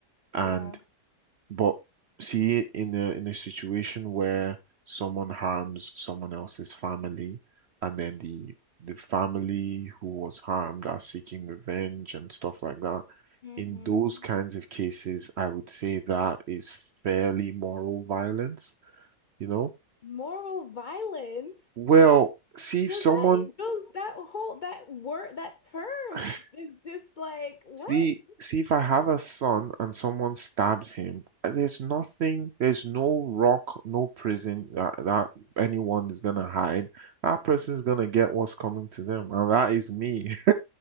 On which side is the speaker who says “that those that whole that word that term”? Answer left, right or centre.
Left